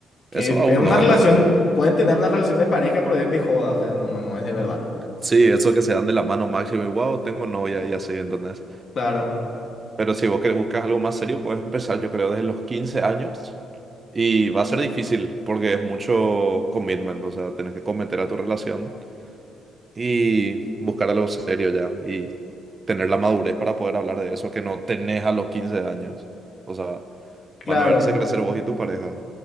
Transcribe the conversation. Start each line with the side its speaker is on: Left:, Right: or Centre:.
Left: Que
Right: Eso
Left: es,
Right: aún
Left: es una
Right: no,
Left: relación,
Right: no.
Left: pueden tener una relación de pareja, pero es de joda, o sea, no, no es de verdad.
Right: Sí, eso que se dan de la mano máximo y wow, tengo novia y así, ¿entendés?
Left: Claro,
Right: Pero si vos querés, buscar algo más serio, puedes empezar, yo creo, desde los 15 años. Y va a ser difícil porque es mucho commitment, o sea, tenés que cometer a tu relación. y buscar algo serio ya y tener la madurez para poder hablar de eso que no tenés a los 15 años. O sea,
Left: claro,
Right: van a verse crecer vos y tu pareja.